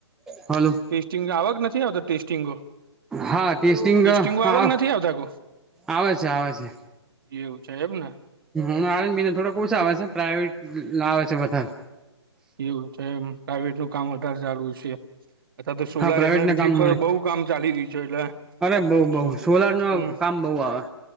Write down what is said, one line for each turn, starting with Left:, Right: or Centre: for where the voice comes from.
Centre: હલો.
Right: ટેસ્ટિંગ આવવાક નથી આવતો ટેસ્ટિંગો
Centre: હા ટેસ્ટિંગ
Right: ટેસ્ટિંગો
Centre: આવે
Right: આવક નથી આવતા કો
Centre: આવે છે આવે છે.
Right: એવું છે એમ ને
Centre: હ હ આનજ બી થોડો કોશ આવે છે પ્રાાઈવેટાવે છે બધા
Right: એવું છે પ્રાઈવેટ નું કામ વધારે ચાલુ છે. અથા તો સોલાર
Centre: હા પ્રાઇવેટ
Right: એનર્જી
Centre: ને કામ મળે
Right: પર બહુ કામ ચાલી રહ્યું છે એટલે
Centre: અરે બઉ બઉ
Right: સોલ
Centre: સોલાર નું
Right: હમ
Centre: કામ બઉ આવે